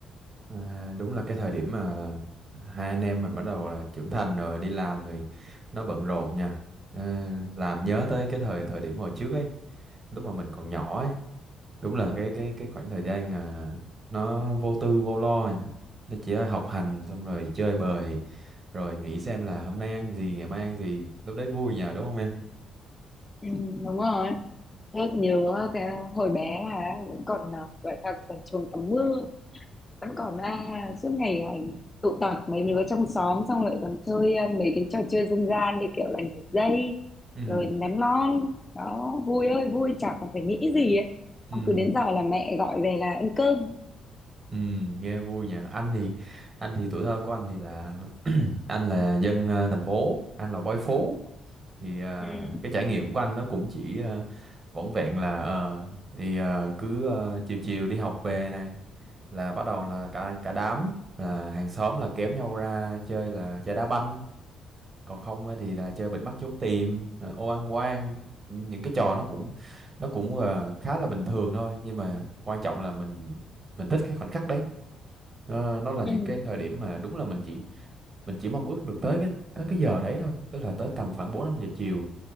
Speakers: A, on the right; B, on the left.
A: À, đúng là cái thời điểm mà hai anh em mình bắt đầu là trưởng thành rồi đi làm rồi nó bận rộn nha à, làm nhớ tới cái thời thời điểm hồi trước ấy lúc mà mình còn nhỏ ấy đúng là cái cái cái khoảng thời gian à, nó vô tư vô lo nha. nó chỉ học hành xong rồi chơi bời rồi nghĩ xem là hôm nay ăn gì ngày mai ăn gì lúc đấy vui nha đúng không em
B: Ừ, đúng rồi. rất nhớ cái hồi bé là cũng còn à, gọi là còn chuồng tắm mưa vẫn còn ra suốt ngày à, tụ tập mấy đứa trong xóm xong rồi còn chơi à, mấy cái trò chơi dân gian như kiểu là nhảy dây
A: ừ
B: rồi ném lon đó vui ơi vui chả còn phải nghĩ gì ấy.
A: ừ
B: Xong cứ đến giờ là mẹ gọi về là ăn cơm
A: ừ nghe vui nhỉ anh thì anh thì tuổi thơ của anh thì là anh là dân à, thành phố anh là boy phố thì ờ,
B: ừ
A: cái trải nghiệm của anh nó cũng chỉ ờ, vỏn vẹn là ờ, thì ờ, cứ ờ, chiều chiều đi học về này là bắt đầu là cả cả đám là hàng xóm là kéo nhau ra chơi là chơi đá banh còn không á thì là chơi bịt mắt trốn tìm ờ, ô ăn quan những cái trò nó cũng nó cũng ờ, khá là bình thường thôi nhưng mà quan trọng là mình mình thích cái khoảnh khắc đấy nó nó là những
B: ừ
A: cái thời điểm mà đúng là mình chỉ mình chỉ mong ước được tới cái tới cái giờ đấy thôi tức là tới tầm khoảng 4 5 giờ chiều